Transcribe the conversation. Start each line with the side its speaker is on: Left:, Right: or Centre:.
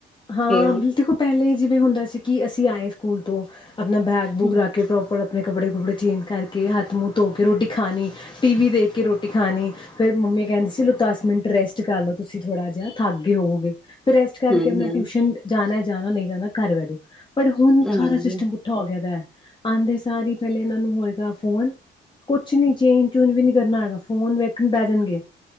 Left: ਹਾਂ,
Centre: ਫੇਰ
Left: <unintelligible> ਦੇਖੋ ਪਹਿਲੇ ਜਿਵੇਂ ਹੁੰਦਾ ਸੀ ਕੀ ਅਸੀਂ ਆਏ ਸਕੂਲ ਤੋਂ ਆਪਣਾ ਬੈ ਬੂਕ
Centre: ਹੂੰ
Left: ਰਖਕੇ ਪ੍ਰੋਪਰ ਆਪਣੇ ਕੱਪੜੇ-ਕੁੱਪੜੇ ਚੇਂਜ ਕਰਕੇ ਹੱਥ-ਮੂੰਹ ਧੋ ਕੇ ਰੋਟੀ ਖਾਣੀ। ਟੀ ਵੀ ਦੇਖ ਕੇ ਰੋਟੀ ਖਾਣੀ ਫਿਰ ਮੰਮੀ ਕਹਿੰਦੀ ਸੀ, ਚਲੋ ਦਸ ਮਿੰਟ ਰੈਸਟ ਕਰ ਲਓ ਤੁਸੀਂ ਥੋੜਾ ਜਿਹਾ, ਥੱਕ ਗੇ ਹੋਵੋਗੇ ਫਿਰ ਰੈਸਟ ਕਰਕੇ
Centre: ਹੂੰ
Left: ਆਪਣਾ
Centre: ਹੂੰ
Left: ਜਾਣਾ-ਜਾਣਾ, ਨੀ ਜਾਣਾ ਘਰ ਬੈ ਜੋ ਪਰ ਹੁਣ
Centre: ਹਾਂਜੀ,
Left: ਸਾਰਾ ਸਿਸਟਮ ਪੁੱਠਾ ਹੋ ਗਿਆਦਾ। ਆਦੇ ਸਾਰੇ ਹੀ ਪਹਿਲੇ ਇਹਨਾਂ ਨੂੰ ਹੋਏਗਾ ਫੋਨ ਕੁਛ ਨੀ ਚੇਂਜ-ਚੂਂਜ ਵੀ ਨੀ ਕਰਨਾ ਹੈਗਾ ਫੋਨ ਵੇਖਣ ਬੈ ਜਾਣਗੇ।